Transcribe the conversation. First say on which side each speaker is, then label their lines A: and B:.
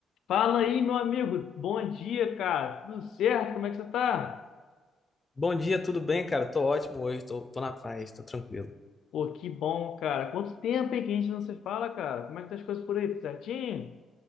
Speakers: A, on the left; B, on the left.
A: Fala aí, meu amigo. Bom dia, cara. Tudo certo? Como é que você tá?
B: Bom dia, tudo bem, cara? Tô ótimo hoje, tô, tô na paz, tô tranquilo.
A: Pô, que bom, cara. Quanto tempo, hein, que a gente não se fala, cara? Como é que tá as coisas por aí? Tudo certinho?